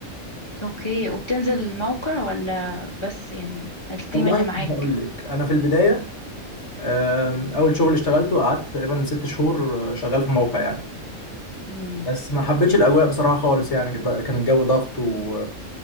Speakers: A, on the left; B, on the left.
A: اوكي وبتنزل الموقع ولا بس يعني التيم
B: والله
A: اللي معاك
B: بقول لك انا في البدايه آم، اول شغل اشتغلته قعدت تقريبا ست شهور آه، شغال في موقع يعني
A: امم
B: بس ما حبيتش الاجواء بصراحه خالص يعني كان الجو ضغط و...